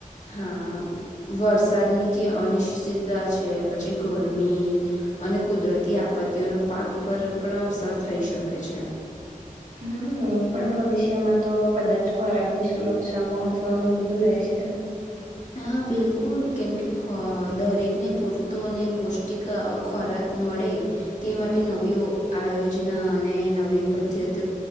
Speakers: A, on the left; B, on the right.
A: હા વરસાદની જે અનિશ્ચિતતા છે પછી ગરમી અને કુદરતી આપત્તિઓનો પાક પર પણ અસર થઈ શકે છે
B: હમ પણ ભવિષ્યમાં તો કદાચ ખોરાક ની સુરક્ષા મહત્વનો મુદ્દો રહેશે અ છેા <unintelligible>
A: હા બિલકુલ કેમકે ખો દરેકને પૂરતો અને પૌષ્ટિક ખોરાક મળે તે માટે નવીઓ આયોજના અને નવી પદ્ધતિઓ